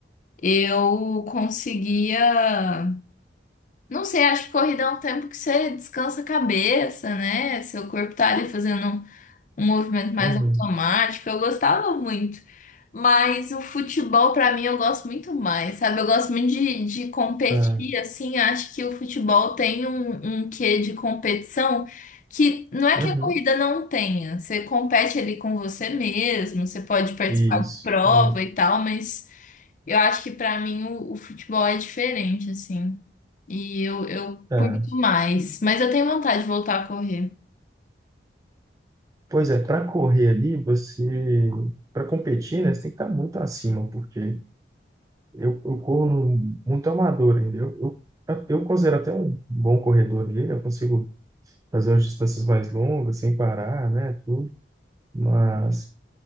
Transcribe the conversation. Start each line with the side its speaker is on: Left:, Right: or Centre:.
Left: eu conseguia. Não sei, acho que corrida é um tempo que você descansa a cabeça, né? Seu corpo tá ali fazendo. um movimento mais
Right: uhum,
Left: automático, eu gostava muito. Mas o futebol, pra mim, eu gosto muito mais, sabe? Eu gosto muito de, de competir,
Right: ah,
Left: assim, acho que o futebol tem um, um quê de competição que não é
Right: uhum,
Left: que a corrida não tenha. Você compete ali com você mesmo, você pode participar
Right: isso.
Left: de prova
Right: Ah,
Left: e tal, mas eu acho que pra mim o, o futebol é diferente, assim. E eu, eu
Right: tá.
Left: curto mais. Mas eu tenho vontade de voltar a correr.
Right: Pois é, para correr ali, você. Para competir, né, você tem que estar muito acima, porque eu, eu corro no- muito amador ainda. Eu, eu, eu considero até um bom corredor ali, né? Eu consigo fazer umas distâncias mais longas, sem parar, né? Tudo. Mas